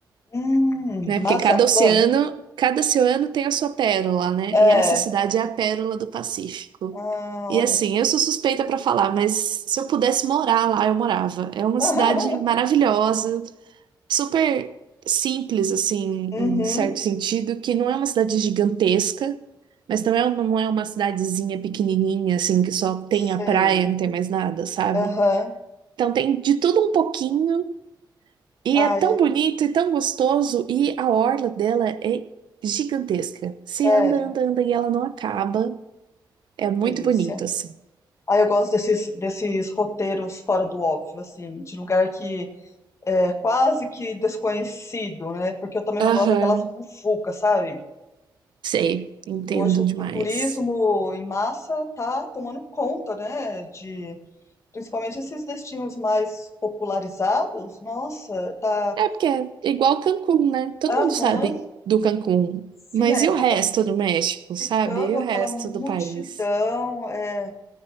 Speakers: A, on the left; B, on the right.
A: Hum,
B: né? Porque
A: Mazatlán.
B: cada oceano, cada oceano tem a sua pérola, né?
A: É.
B: E essa cidade é a Pérola do Pacífico.
A: Ah,
B: E
A: olha.
B: assim, eu sou suspeita para falar, mas se eu pudesse morar lá, eu morava. É uma
A: <laughs>
B: cidade maravilhosa, super simples, assim,
A: Uhum.
B: em certo sentido, que não é uma cidade gigantesca, mas não é, uma, não é uma cidadezinha pequenininha, assim, que só tem
A: Sei.
B: a praia, não tem mais nada, sabe?
A: Aham.
B: Então tem de tudo um pouquinho, e
A: Ai,
B: é tão bonito e tão gostoso, e a orla dela é gigantesca.
A: sério.
B: Você anda, anda, anda, e ela não acaba. É muito
A: Que delícia.
B: bonito, assim.
A: Ah, eu gosto desses, desses roteiros fora do óbvio, assim, de lugar que é, quase que desconhecido, né? Porque eu também
B: Aham,
A: não gosto daquelas mufucas, sabe?
B: sei, entendo
A: E hoje o,
B: demais.
A: o turismo em massa tá tomando conta, né? De principalmente esses destinos mais popularizados. Nossa, tá.
B: É porque é igual Cancún, né? Todo
A: Aham,
B: mundo sabe do Cancún.
A: sim,
B: Mas
A: aí
B: e
A: acaba
B: o resto do México,
A: ficando
B: sabe? E
A: aquela
B: o resto
A: multidão.
B: do país?
A: é,